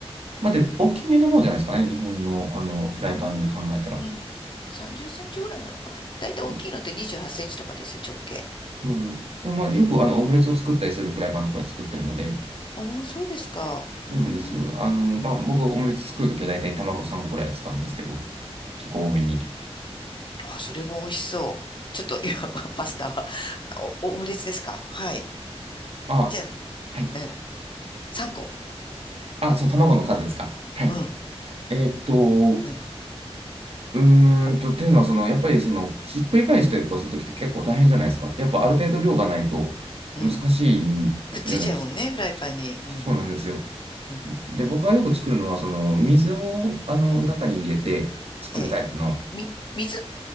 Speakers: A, on the right; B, on the left.
A: まあ、で、大きめの方じゃないですかね、日本の、あのフライパンで考えたら。
B: うーん、うん。30センチぐらいなのかなだいたい大きいのって28センチとかですよ、
A: でも
B: 直径。
A: うん、でもまあよくあのオムレツを作ったりするフライパンとかで作ってるので、
B: うん。ああ、そうですか。うー
A: そうなんですよ。あの、
B: ん。
A: まあ、僕オムレツ作るときは大体卵3個くらい使うんですけど、結構多めに。
B: あ、それも美味しそう。ちょっと今、<laughs> パスタは、お、オムレツですかはい。
A: あ、
B: じゃあ、
A: はい。
B: うん。3個。
A: あ、そう卵の数ですか。はい。
B: うん。
A: えーっと、
B: うん。
A: うーんと、
B: うん。
A: っていうのは、その、やっぱり、その、ひっくり返したりとかするときって結構大変じゃないですか。やっぱ、ある程度量がないと難しいようなき、
B: うん。くっついちゃうもんね、フライパンに。うん。
A: そうなんですよ。
B: うん。
A: で、僕がよく作るのは、その、水を、あの、
B: うん。
A: 中に入れて作るタイプの、
B: ええ。み、水